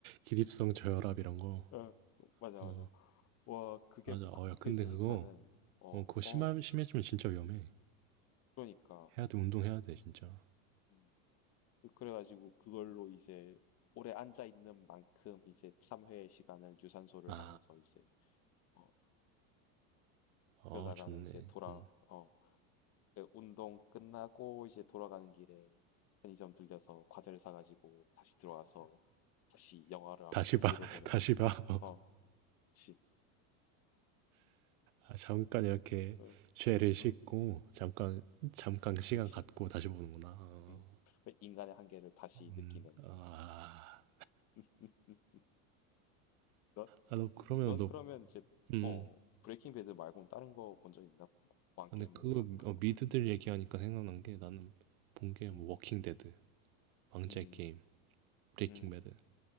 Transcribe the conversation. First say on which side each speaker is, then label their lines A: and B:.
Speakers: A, on the right; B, on the left.
A: 기립성 저혈압 이런 거.
B: 어, 맞아,
A: 어,
B: 맞아. 와, 그게
A: 맞아.
B: 팍
A: 어, 야,
B: 느껴지니까는,
A: 근데 그거,
B: 어,
A: 어, 그거
B: 어,
A: 심하, 심해지면 진짜 위험해.
B: 그러니까.
A: 해야 돼, 운동해야 돼, 진짜.
B: 음. 그래가지고 그걸로 이제 오래 앉아 있는 만큼 이제 참회 시간을 유산소를
A: 아,
B: 하면서 이제 어
A: 어,
B: 그러다가는
A: 좋네.
B: 이제 돌아
A: 음.
B: 어그 운동 끝나고 이제 돌아가는 길에 편의점 들려서 과자를 사가지고 다시 들어와서 다시 영화랑
A: 다시
B: TV를
A: 봐.
B: 보는
A: <laughs> 다시 봐. 어.
B: 어 그치
A: 아, 잠깐 이렇게
B: 어,
A: 죄를 씻고
B: 어
A: 잠깐 잠깐 시간
B: 그치
A: 갖고 다시 보는구나. 어.
B: 음 그 인간의 한계를 다시
A: 음.
B: 느끼는
A: 아.
B: <laughs> 넌,
A: 아, 너 그러면
B: 넌
A: 너
B: 그러면 이제
A: 음.
B: 어 브레이킹 배드 말고는 다른 거 본 적 있나?
A: 아,
B: 왕겜이랑
A: 근데 그거 미-
B: 그런
A: 어,
B: 거
A: 미드들
B: 말고
A: 얘기하니까
B: 음.
A: 생각난 게 나는 본 게
B: 음,
A: 뭐 워킹 데드, 망자의
B: 음,
A: 게임, 브레이킹
B: 음,
A: 배드.